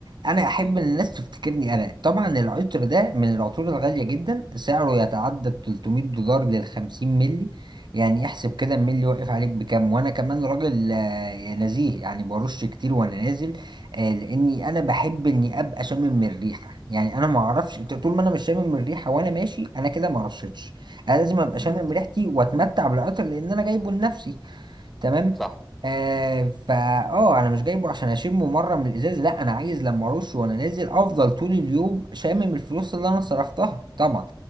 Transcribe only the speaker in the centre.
إمم،
إمم،
صح